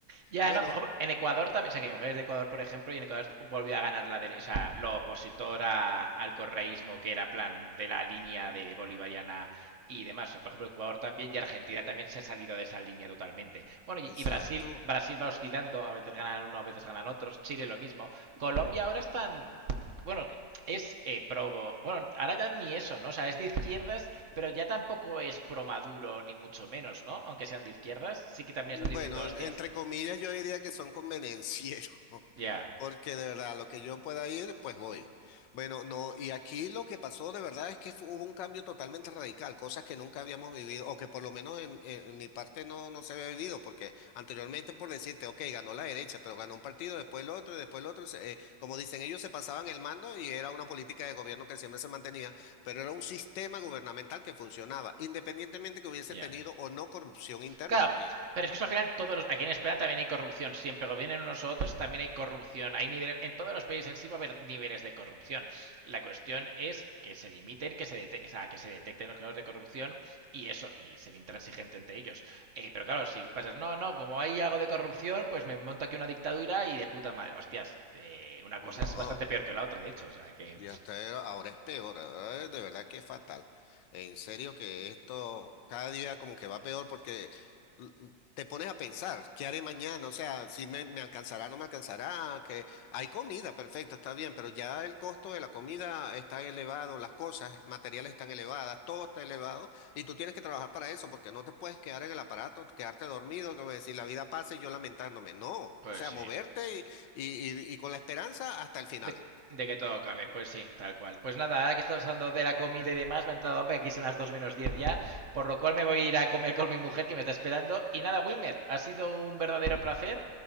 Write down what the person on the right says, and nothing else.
Ya,
no, por ejemplo, en Ecuador también, o sea, que mi mujer es de Ecuador, por ejemplo, y en Ecuador volvió a ganar la de, o sea, lo opositor a- al correísmo, que era plan de la línea de bolivariana y demás. O sea, por ejemplo, Ecuador también y Argentina también se ha salido de esa línea totalmente. Bueno, y,
y Brasil, Brasil va oscilando, a veces ganan uno, a veces ganan otros, Chile lo mismo. Colombia ahora están, bueno, que- es eh, pro, bueno, ahora ya ni eso, ¿no? O sea, es de izquierdas, pero ya tampoco es pro Maduro, ni mucho menos, ¿no? Aunque sean de izquierdas, sí que también
están diciendo, hostias,
ya,
ya.
Claro,
pero es que eso al final todos los, aquí en España también hay corrupción. Siempre gobiernen unos u otros, también hay corrupción. Hay niveles, en todos los países en sí va a haber niveles de corrupción. La cuestión es que se limiten, que se, dete- o sea, que se detecten los casos de corrupción y eso, y ser intransigente entre ellos. Eh, pero claro, si pasas, no, no, como hay algo de corrupción, pues me monto aquí una dictadura y de puta madre. Hostias, eh, una cosa
es bastante peor que la otra, de hecho. O sea que,
pues
sí.
De, de que todo cambie, pues sí, tal cual. Pues nada, ahora que estamos hablando de la comida y demás, me ha entrado hambre, aquí son las 2 menos 10 ya, por lo cual me voy a ir a comer con mi mujer que me está esperando. Y nada, Wimmer, ha sido un verdadero placer.